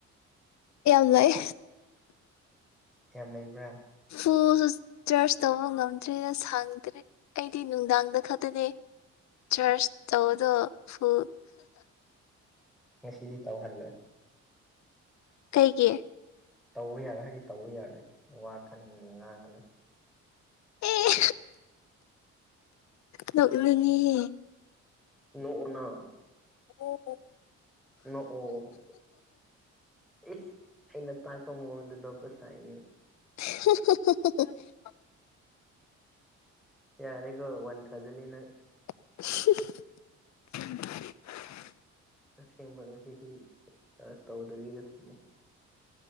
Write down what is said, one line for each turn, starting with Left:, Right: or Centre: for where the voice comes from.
Left: ꯌꯥꯝꯅꯨꯡꯑꯦ
Centre: ꯌꯥꯝ ꯂꯩꯕ꯭ꯔꯥ
Left: ꯐꯣ ꯆꯔꯆ ꯇꯧꯕ ꯉꯝꯗ꯭ꯔꯦꯅ ꯁꯥꯡꯗ꯭ꯔꯦ ꯑꯩꯗꯤ ꯅꯨꯡꯗꯥꯡꯗ ꯈꯛꯇꯅꯦ ꯆꯔꯁ ꯇꯧꯗꯣ ꯐ
Centre: ꯉꯁꯤꯗꯤ ꯇꯥꯎ ꯍꯜꯂꯣꯏꯦ
Left: ꯀꯩꯒꯤ
Centre: ꯇꯧꯕ ꯌꯥꯔꯣꯏ ꯍꯥꯏꯗꯤ ꯇꯧꯕ ꯌꯥꯔꯣꯏ ꯋꯥ ꯀꯟ ꯉꯥꯡꯒꯅꯨ
Left: ꯑꯦ ꯅꯣꯛꯅꯤꯡꯉꯍꯦ
Centre: ꯅꯣꯡꯅ
Left: ꯑꯣ ꯍ
Centre: ꯅꯣꯛꯑꯣ ꯑꯩꯁ ꯑꯩꯅ ꯇꯥꯛꯄ ꯃꯑꯣꯡꯗ ꯅꯣꯛꯄ ꯁꯥꯏꯅꯦ
Left: ꯍ
Centre: ꯏ ꯌꯥꯔꯦꯀꯣ ꯋꯥꯟ ꯊꯥꯎꯖꯟꯅꯤꯅ
Left: <unintelligible>
Centre: ꯑꯁꯦꯡꯕ ꯉꯁꯤꯗꯤ ꯆꯔꯁ ꯇꯧꯗꯕꯤꯗ ꯊꯝꯃꯣ